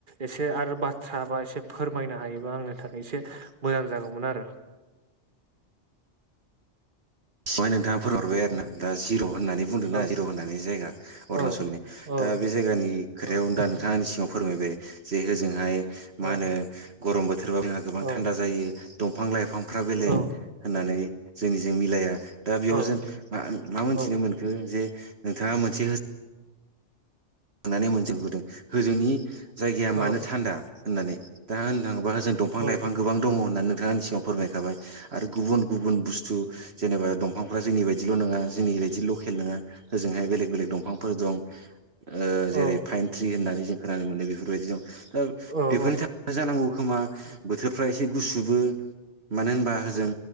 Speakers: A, on the right; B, on the right.
A: एसे आरो बाथ्रा बा एसे फोरमायनो हायोबा आंनि थाखाय एसे मोजां जागौमोन आरो।
B: माय नोंथाङा फोरमाय हरबाय आरो
A: औ
B: ना। दा जिर' होननानै बुंदोंना
A: औ
B: जिर' होननानै जायगा अरुणाचलनि
A: औ औ
B: दा बे जायगानि इ खोथायायाव
A: औ
B: उ दा नोंथांनि सिङाव फोरमायबाय जे हजोंहाय मा
A: औ
B: होनो गरम बोथोरबाबो जोंहा गोबां
A: औ
B: थान्दा जायो। दंफां लाइफांफ्रा बेलेग
A: औ
B: होननानै जोंनिजों मिलाया दा बेयाव
A: औ
B: जों मा मोनथिनो
A: औ
B: मोनखो जे नोंथाङा मोनसे होननानै मोनजेनबोदों। होजोंनि जायगाया
A: औ
B: मानो थान्दा होननानै दा होननो थाङोबा जों दंफां
A: औ
B: लाइफां गोबां दङ होननानै नोंथाङा आंसिगाङाव फोरमायखाबाय। आरो गुबुन गुबुन बुस्थु जेनेबा दं माफ्रा जोंनि बायदिल' नङा जोंनि बायदि लकेल नङा होजोंहाय बेलेग बेलेग दंफांफोर दं। ओ जेरै
A: औ औ
B: फाइन ट्रि होननानै जों खोनानो मोनो बेफोरबायदि दं दा
A: औ
B: बेफोरनि थाखाय जानांगौ खोमा। बोथोरफ्रा एसे गुसुबो मानो होनबा ओजों